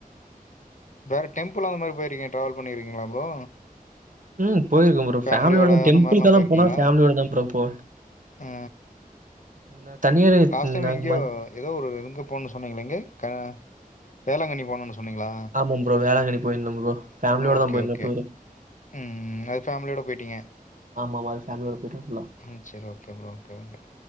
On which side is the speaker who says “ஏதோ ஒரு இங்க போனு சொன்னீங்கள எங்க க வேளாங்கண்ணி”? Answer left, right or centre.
Left